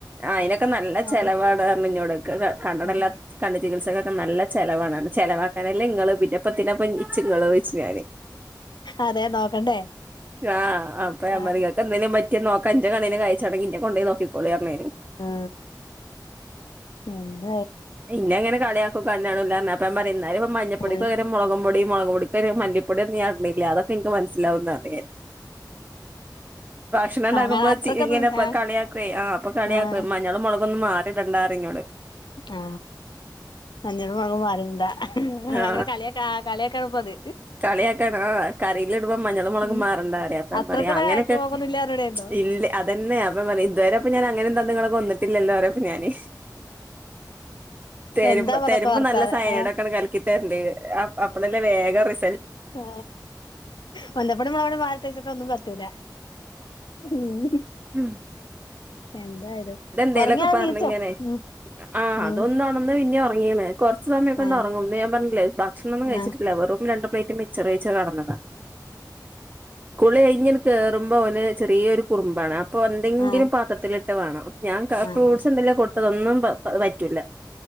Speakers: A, on the right; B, on the left.
A: ആ അയിനൊക്കെ നല്ല
B: ആഹ്
A: ചെലവാണ് അതു കാരണം ഇഞ്ഞോടൊക്കെ ഒക്കെ കണ്ണട
B: ആഹ്
A: ഇല്ലാ കണ്ണ് ചികിത്സക്കൊക്കെ നല്ല ചെലവാണ് അത് ചെലവാക്കാനല്ലേ ഇങ്ങള് പിന്നെപ്പന്തിന ഇപ്പ ഇച്ച് ഇങ്ങള് ചോയ്ച്ച് ഞാന്
B: അതെ നോക്കണ്ടേ
A: ആ അപ്പ ഞാൻ
B: ആഹ്
A: പറയും നിങ്ങക്ക് എന്തെങ്കിലും പറ്റിയ നോക്കാൻ എൻ്റെ കണ്ണിന് കാഴ്ച ഉണ്ടെങ്കി എന്നെ കൊണ്ടുപോയി നോക്കിക്കോളി പറഞ്ഞേനി
B: ആ ഉം
A: നിന്നെ അങ്ങനെ കളിയാക്കും കണ്ണു കാണൂലാന്നു പറഞ്ഞ് അപ്പ ഞാൻപറയും എന്നാല് ഇപ്പ മഞ്ഞപ്പൊടിക്കു
B: ഏഹ്
A: പകരം മുളകുംപൊടി മുളകു പൊടി- മല്ലിപ്പൊടിയാണെന്ന് ഞാൻ അറിഞ്ഞില്ല അതൊക്കെ എനിക്ക് മനസ്സിലാവുന്നു പറഞ്ഞ് ഭക്ഷണം ഒണ്ടാക്കുമ്പോ
B: അങ്ങനെ അത്രക്കൊന്നും
A: ചി ഇങ്ങനെ ഇപ്പ
B: ആഹ്
A: കളിയാക്കുവേ ആ അപ്പൊ കളിയാ
B: ആഹ്
A: മഞ്ഞളും മുളകൊന്നും മാറി ഇടണ്ടാന്നു പറയും ഇന്നോട്
B: ആ മഞ്ഞളും മുളകും മാറി ഇടണ്ട ഇങ്ങളങ്ങനെ
A: ആ
B: കളിയാക്കുക കളി യാക്കാണപ്പത്.
A: കളിയാക്കാണ് ആ കറീല് ഇടുമ്പോ മഞ്ഞളും മുളകും
B: ഉം
A: മാറണ്ട പറയും അപ്പൊ അവൻ
B: അത്രക്കുള്ള
A: പറയും ആ അങ്ങനൊക്കെ
B: കാഴ്ചപോക്കൊന്നുല്ല പറഞ്ഞൂടായിരുന്നോ
A: ഇല്ല അതന്നെ അപ്പൊ പറയും ഇതുവരെ അപ്പൊ ഞാൻ അങ്ങനൊന്നും തന്ന് ഇങ്ങളെ കൊന്നി ട്ടില്ലല്ലോ പറയും അപ്പം ഞാന് തരു
B: എന്താപ്പതൊക്കെ
A: തരുമ്പോ
B: വർത്താനം
A: നല്ല സൈനയ്ഡ്
B: ആഹ്
A: ഒക്കെ കലക്കി തരുന്നുണ്ട് അപ്പളല്ലേ വേഗം റി
B: ആ മഞ്ഞപ്പൊടിയും മുളകുപൊടിയും വാരിട്ടേച്ചിട്ട് ഒന്നും പറ്റൂല. ഉം
A: ഉം
B: എന്തായാലും
A: എന്തേലൊക്കെ
B: ഉറങ്ങിയാ
A: പറഞ്ഞിങ്ങനെ
B: നീച്ചോ ഉം
A: ആ
B: ഉം
A: അതൊന്ന് ഉണർന്ന് പിന്നെ ഉറങ്ങീന് കുറച്ച് സമയൊക്കെ ഉണ്ടേ
B: ഏഹ്
A: ഉറങ്ങും ഇന്ന് ഞാൻ പറഞ്ഞില്ലേ ഭക്ഷണം ഒന്നും കഴിച്ചിട്ടില്ല
B: ആഹ്
A: വെറും രണ്ട് പ്ലേറ്റ് മിക്സ്ച്ചർ കഴിച്ച് കെടന്നതാ കുളി കഴിഞ്ഞ് കേറുമ്പോ ഓന് ചെറിയൊരു കുറുമ്പാണ് അ അപ്പൊ എന്തെങ്കിലും
B: ആഹ്
A: പാത്രത്തിലിട്ട് വേണം അപ്പ ഞാൻ
B: ആഹ്
A: ഫ്രൂട്ട്സ് എന്തെല്ലാ കൊടുത്തത് ഒന്നും പറ്റൂല്ല.